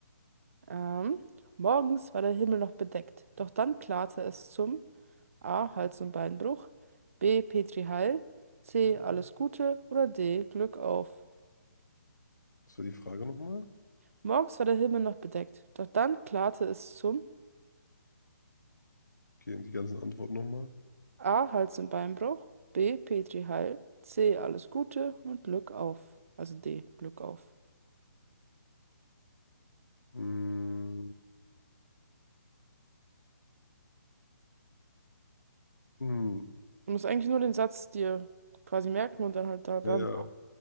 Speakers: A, on the right; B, on the left.
A: Ähm, morgens war der Himmel noch bedeckt, doch dann klarte es zum A. Hals- und Beinbruch. B. Petri Heil. C. Alles Gute. Oder D. Glück auf.
B: Das war die Frage nochmal.
A: Morgens war der Himmel noch bedeckt, doch dann klarte es zum
B: Okay, und die ganzen Antworten nochmal.
A: A. Hals- und Beinbruch. B. Petri Heil. C. Alles Gute und Glück auf. Also D. Glück auf.
B: Hm. Hm.
A: Du musst eigentlich nur den Satz dir quasi merken und dann halt daran.
B: Ja, ja.